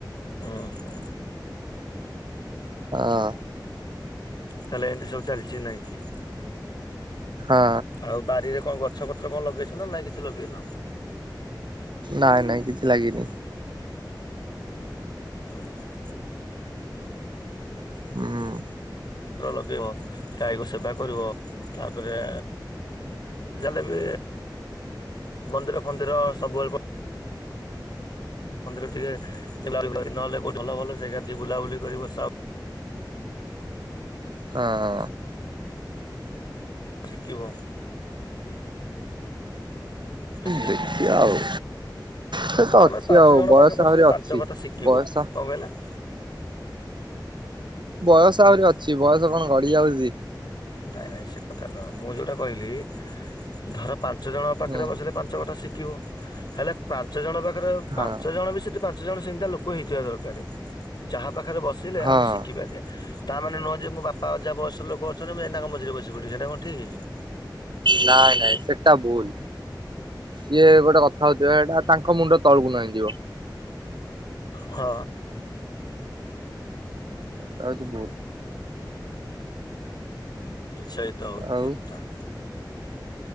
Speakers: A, on the left (about 65°); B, on the right (about 75°).
A: ଓହୋ।
B: ହଁ।
A: ତାହେଲେ ଏମତି ସବୁ ଚାଲିଛି ନାହିଁ କି।
B: ହଁ।
A: ଆଉ ବାରିରେ କଣ ଗଛ ପତ୍ର କଣ ଲଗେଇଛ ନାଇଁ କିଛି ଲଗେଇନ?
B: ନାଇଁ ନାଇଁ କିଛି ଲାଗିନି।
A: ହଁ ହଁ।
B: ହୁଁ।
A: ଲଗେଇବ ଗାଈକୁ ସେବା କରିବ ତାପରେ ଜାହେଲେ ବି ମନ୍ଦିର ଫନ୍ଦିର ସବୁବେଳେ ମନ୍ଦିର ଟିକେ ନହେଲେ କେଉ ଭଲ ଭଲ ଜାଗା ଟିକଏ ବୁଲାବୁଲି କରିବ।
B: ହଁ।
A: ଶିଖିବ। ଠିକ
B: ଦେଖିଆ ଆଉ। ସେ ତ
A: ଆମେ
B: ଅଛି
A: ପାଞ୍ଚ
B: ଆଉ
A: ଜଣ
B: ବୟସ
A: ପାଖ ବସିଲେ
B: ଆହୁରି
A: ପାଞ୍ଚ
B: ଅଛି
A: କଥା ଶିଖିବ।
B: ବୟସ
A: କଣ କହିଲେ?
B: ବୟସ ଆହୁରି ଅଛି ବୟସ କଣ ଗଡିି ଯାଉଛି।
A: ନାଇଁ ନାଇଁ ସେ କଥା ନୁହଁ ମୁଁ ଯୋଉଟା କହିଲି ଧର ପାଞ୍ଚ ଜଣଙ୍କ ପାଖରେ
B: ହୁଁ
A: ବସିଲେ ପା ପାଞ୍ଚ କଥା ଶିଖିବ ହେଲେ ପାଞ୍ଚ ଜଣ ପାଖରେ
B: ହଁ
A: ପାଞ୍ଚ ଜଣ ବି ସେଠି ପାଞ୍ଚ ଜଣ ସେମିଟିକା ଲୋକ ହେଇଥିବା ଦରକାର ଯାହା ପାଖରେ ବସିଲେ
B: ହଁ
A: ଆମେ ଶିଖିପାରିବା। ତା ମାନେ ନୁହଁ ଯେ ମୋ ବାପା ଅଜା ବୟସ ଲୋକଛନ୍ତି ମୁଁ ଯାଇ ତାଙ୍କ ମଝିରେ ବସି ପିଡିବି ସେଇଟା କଣ ଠିକ୍ କି?
B: ନାଇଁ ନାଇଁ ସେଟା ଭୁଲ। ସିଏ ଗୋଟେ କଥା ହଉଥିବା ଏଇଟା ତାଙ୍କ ମୁଣ୍ଡ ତଳକୁ ନଇ ଯିବ।
A: ହଁ।
B: ତା <inaudible> ଉଛି ଭୁଲ।
A: ସେଇତ ହଉଚି
B: ଆଉ
A: କଥା।